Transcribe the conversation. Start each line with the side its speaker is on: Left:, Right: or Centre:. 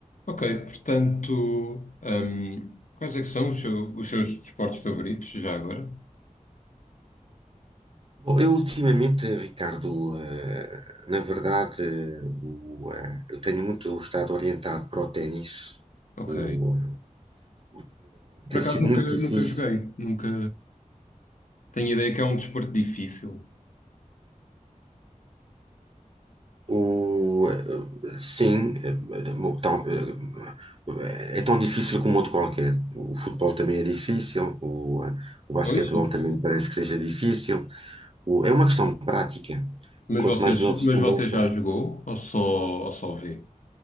Left: Ok, portanto, hum, quais é que são os, seu- os seus desportos favoritos já agora?
Right: Bom, eu ultimamente, Ricardo, eh, na verdade, eh, o, eh, eu tenho muito estado orientado para o ténis,
Left: Ok.
Right: O, eh, porque
Left: Por
Right: tem
Left: acaso
Right: sido
Left: nunca,
Right: muito difícil.
Left: nunca joguei, nunca tenho ideia que é um desporto difícil.
Right: O, eh, sim, eh, mo- tão, eh, eh, é tão difícil como outro qualquer. O futebol também é difícil, o, eh, o basquetebol
Left: Pois.
Right: também me parece que seja difícil. O- é uma questão de prática.
Left: Mas
Right: Quanto
Left: você,
Right: mais novo se
Left: mas
Right: começa.
Left: você já jogou ou só, ou só vê?